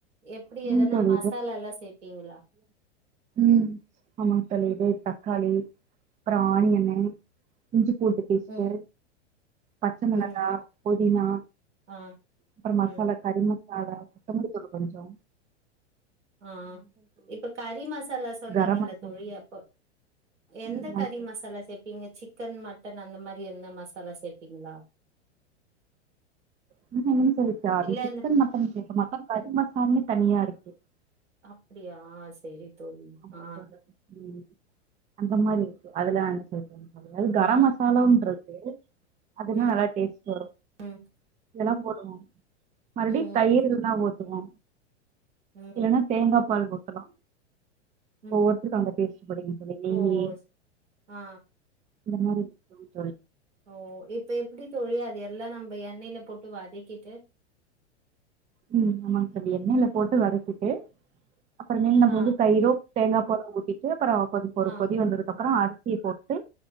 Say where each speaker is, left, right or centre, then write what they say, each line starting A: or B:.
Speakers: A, on the right (about 80°); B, on the right (about 20°).
A: எப்டி
B: இல்லைங்க
A: எதனா
B: தோழி
A: மசாலாயெல்லா சேப்பீங்களா
B: உ ஆமாங்க தோலி இது தக்காளி ஆனியன் இஞ்சி பூண்டு பூண்டு பேஸ்ட்டு
A: ம்
B: பச்ச மிளகா
A: ம்
B: புதினா
A: ஆ
B: அப்பறோ
A: ம்
B: மசாலா கறி மசா வேற கொத்தமல்லி தூள் கொஞ்சோ
A: ஆ ஆ இப்ப கறி மசாலா சொன்னீங்கல்ல
B: கரம் மசாலா
A: தோலி அப்போ எந்த
B: ம். நமக்கு
A: கறி மசாலா சேப்பீங்க சி க்கன் மட்டன் அந்த மாரி எத்னா மசாலா சேப்பீங்களா
B: <unintelligible> என்ன சொல்லச்சா அது
A: இல்ல
B: சிக்கன்
A: இந்த
B: மட்டன் சேக்க மாட்டோ கறி மசாலனு தனியா இருக்கு ஓகே <unintelligible>
A: அப்டியா சரி தோழி
B: ஆமா
A: ஆ
B: தோழர். ம் அந்த மாதிரி இருக்கு அதுலா அணுப்பக அது கரம்
A: ஆ
B: மசாலான்றது அதுல்லாம்
A: ம்
B: நல்லா டேஸ்ட் வரு
A: ம்
B: இதெல்லா போடுவோ மறுபடி
A: ம்
B: தயிர் இருந்தா ஊ துவோ
A: ம்
B: இல்லன்னா தேங்காபால் போட் சொலா
A: ம்
B: ஒவ்வொருத்தருக்கு அவங்க பேசிட்டு போடுங்கு தோழி நெய்யி
A: ஓ ஆ
B: இந்த மாரி இருக்கு
A: ஓ இப்ப எப்படி தொழியாது எல்லா நம்ம எண்ணெய்ல போட்டு வதிக் கிட்டு
B: உ ஆமாங்க என்னல போட்டு வதகிட்டு அப்புறமேல நம்ம
A: ஆ
B: வந்து தயிரோ தேங்காய் பாலோ ஊத்திட்டு அப்புறோ
A: ஆ
B: ஒரு கொதி வந்ததுக்கு அப்புறோ அரி டி போட்டு